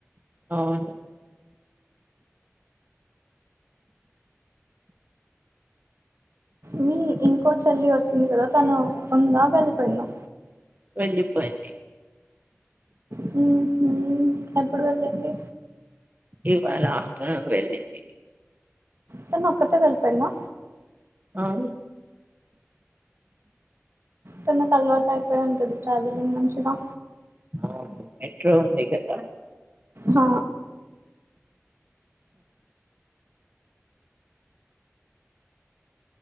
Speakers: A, on the right; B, on the right.
A: అవును
B: మీ ఇంకో చెల్లి వచ్చింది కదా తను ఉందా వెళ్ళిపోయిందా
A: వెళ్ళిపోయింది
B: హ్మ్ హ్మ్ ఎప్పుడు వెళ్ళండి
A: ఇవాళ ఆఫ్టర్నూన్ వెళ్ళింది
B: తానో ఒక్కతే వెళ్ళిపోయిందా
A: అవును
B: తనకు అలవాటు అయిపోయి ఉంటది ట్రావెలింగ్ మంచిగా
A: అ మెట్రో ఉంది కదా
B: అ